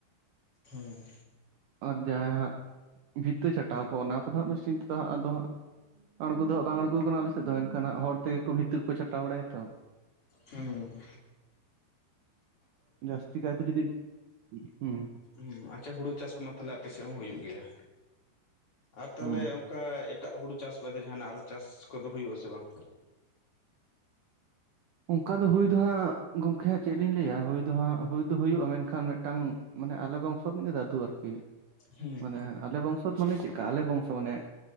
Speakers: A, on the left; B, on the right.
A: ᱦᱮᱸ
B: ᱟᱨ ᱡᱟᱦᱟᱸᱭ ᱦᱟᱸᱜ ᱵᱷᱤᱛᱟᱹ ᱪᱷᱟᱴᱟᱣ ᱠᱚᱜᱼᱟ ᱚᱱᱟ ᱠᱚᱫᱚ ᱦᱟᱸᱜ ᱢᱮᱥᱤᱱ ᱛᱮᱫᱚ ᱦᱟᱸᱜ ᱟᱫᱚ ᱦᱟᱸᱜ ᱟᱬᱜᱚ ᱫᱚ ᱦᱟᱸᱜ ᱵᱟᱝ ᱟᱬᱜᱚ ᱠᱟᱱᱟ ᱟᱞᱮ ᱥᱮᱫ ᱫᱚ ᱮᱱᱠᱷᱟᱱ ᱦᱚᱲ ᱛᱮᱜᱮ ᱠᱚ ᱵᱷᱤᱛᱤ ᱠᱚ ᱪᱷᱟᱴᱟᱣ ᱵᱟᱲᱟᱭᱟ ᱛᱚ
A: ᱦᱮᱸ
B: ᱡᱟᱹᱥᱛᱤ ᱠᱟᱭ ᱛᱮ ᱡᱩᱫᱤ ᱦᱩᱸ
A: ᱦᱩᱸ ᱟᱪᱪᱷᱟ ᱦᱩᱲᱩ ᱪᱟᱥ ᱠᱚᱢᱟ ᱛᱟᱦᱚᱞᱮ ᱟᱯᱮᱥᱮᱫ ᱦᱚᱸ ᱦᱩᱭᱩᱜ ᱜᱮᱭᱟ ᱟᱨ ᱛᱟᱦᱚᱞᱮ
B: ᱦᱩᱸ
A: ᱚᱱᱠᱟ ᱮᱴᱟᱜ ᱦᱩᱲᱩ ᱪᱟᱥ ᱵᱟᱫᱮ ᱡᱟᱦᱟᱱᱟᱜ ᱟᱨᱚ ᱪᱟᱥ ᱠᱚᱫᱚ ᱦᱩᱭᱩᱜᱼᱟ ᱥᱮ ᱵᱟᱝ᱾
B: ᱚᱱᱠᱟ ᱫᱚ ᱦᱩᱭ ᱫᱚ ᱦᱟᱸᱜ ᱜᱚᱢᱠᱮ ᱦᱟᱸᱜ ᱪᱮᱫ ᱞᱤᱧ ᱞᱟᱹᱭᱟ ᱦᱩᱭ ᱫᱚ ᱦᱟᱸᱜ ᱦᱩᱭ ᱫᱚ ᱦᱩᱭᱩᱜᱼᱟ, ᱢᱮᱱᱠᱷᱟᱱ ᱢᱤᱫᱴᱟᱝ ᱢᱟᱱᱮ ᱟᱞᱮ ᱵᱚᱝᱥᱚ ᱨᱮᱱᱤᱡ ᱜᱮ ᱫᱟᱫᱩ ᱟᱨᱠᱤ
A: ᱦᱩᱸ
B: ᱢᱟᱱᱮ ᱟᱞᱮ ᱵᱚᱝᱥᱚ ᱢᱟᱱᱮ ᱪᱮᱫᱠᱟ ᱟᱞᱮ ᱵᱚᱝᱥᱚ ᱢᱟᱱᱮ